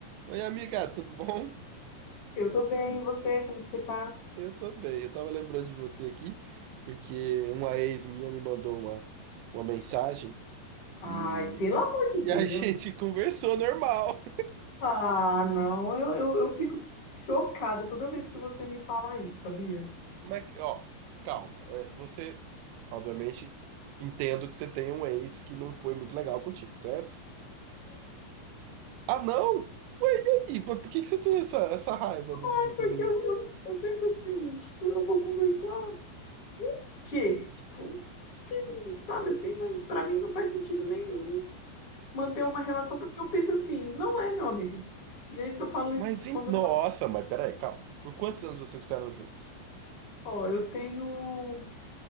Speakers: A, on the right (about 80°); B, on the left (about 40°).
A: Oi, amiga, tudo bom?
B: Eu tô bem, e você? Como que você tá?
A: Eu tô bem. Eu tava lembrando de você aqui, porque uma ex minha me mandou uma, uma mensagem e,
B: Ai, pelo amor de
A: e
B: Deus.
A: a <laughs> gente conversou normal.
B: Ah, não, eu, eu, eu fico chocada toda vez que você me fala isso, sabia?
A: Mas, ó, calma. É, Você, obviamente, entendo que você tem um ex que não foi muito legal contigo, certo? Ah, não? Ué, e aí? Por por que que você tem essa, essa raiva do,
B: É
A: do, do
B: porque
A: menino?
B: eu, eu, eu penso assim, tipo, eu vou conversar. que Tipo, que, que, sabe assim, não, pra mim não faz sentido nenhum manter uma relação, porque eu penso assim, não é, meu amigo. E aí, se eu falo
A: Mas,
B: isso
A: hein?
B: quando
A: Nossa,
B: eu.
A: mas peraí, calma. Por quantos anos vocês ficaram juntos?
B: Ó, eu tenho